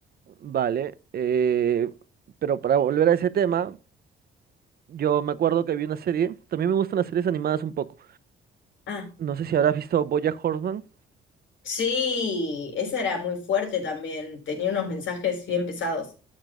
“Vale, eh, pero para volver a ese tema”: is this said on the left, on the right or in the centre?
Right